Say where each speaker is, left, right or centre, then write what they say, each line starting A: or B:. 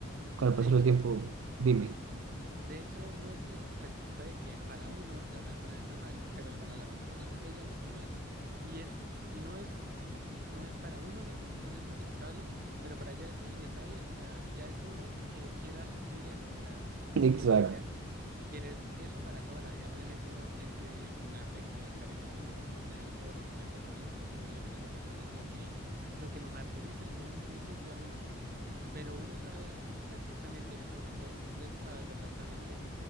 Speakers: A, on the right (about 75°); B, on the right (about 45°).
A: con el pasar
B: De hecho,
A: del tiempo, dime.
B: sí. De hecho, no es que, el- pues puede que para uno la persona está mal, pero la- para la persona ella no está mal. Y es, y no es, no es para uno, no es, en- no es justificable, pero para ella sí y está bien. O sea, ya es uno que quiera sufrir eso, o sea,
A: Exacto,
B: o querer, querer eso para toda la vida. Obviamente uno siente un afecto y un cariño por esa persona y todos los momentos bonitos que uno vive con esa persona es lo que, lo que lo martirizan en un principio a uno. Pero uno sabe perfectamente en este momento, usted sabe perfectamente